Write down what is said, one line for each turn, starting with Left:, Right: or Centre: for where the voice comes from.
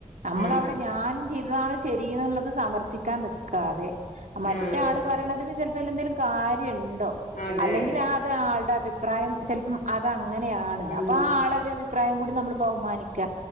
Right: നമ്മളവിടെ
Left: ആഹ്
Right: <unintelligible> ഞാന്‍ ചെയ്തതാണ് ശരി എന്നുള്ളത് സമര്‍ത്ഥിക്കാന്‍ നിക്കാതെ മറ്റാൾ
Left: ആഹ്
Right: പറയുന്നതിൽ ചിലപ്പോന്തെങ്കിലും കാര്യണ്ടോ
Left: അതെ
Right: അല്ലെങ്കിൽ ആ അത് ആളുടെ അഭിപ്രായം ചിലപ്പം അത അങ്ങനെയാണ്
Left: ഉം
Right: അപ്പോ ആ ആളളരു അഭിപ്രായം കൂടി നമ്മൾ ബഹുമാനിക്കുക